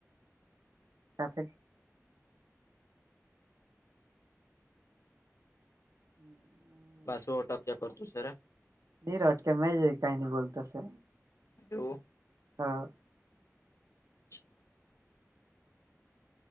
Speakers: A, on the right (about 80°); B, on the left (about 65°).
A: સાથેથ. હમ હ.
B: પાસવટપ્યા કરતોું સર.
A: નિનીરટકે મે જ કઈ ન બોલતાશે.
B: હ.
A: હા.
B: અચ્ા.